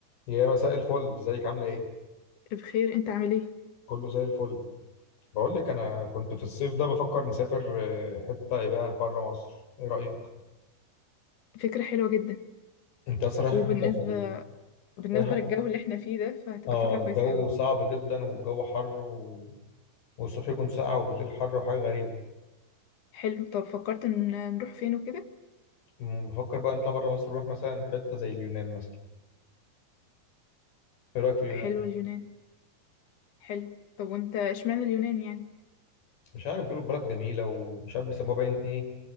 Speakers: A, on the left; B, on the left.
A: يا مساء الفل ازيك عاملة ايه؟
B: بخير انت عامل ايه
A: كله زي الفل بقول لك انا كنت في الصيف ده بفكر نسافر آه، حتة ايه بقى بره مصر ايه رأيك؟
B: فكرة حلوة جدا
A: انت اصلا رايحة
B: وبالنسبة
A: حتة في ال...
B: بالنسبة
A: رايحة
B: للجو
A: في-
B: اللي احنا فيه ده فهتبقى
A: اه
B: فكرة
A: الجو
B: كويسة قوي
A: صعب جدا والجو حر و... والصبح يكون ساقع وبالليل حر وحاجة غريبة
B: حلو طب فكرت ان نروح فين وكده
A: مم، بفكر بقى نطلع بره مصر نروح مثلا حتة زي اليونان مثلا ايه رأيك في اليونان؟
B: حلو اليونان حلو طب وانت اشمعنى اليونان يعني
A: مش عارف بيقولوا بلد جميلة ومش عارف بيسموها باين ايه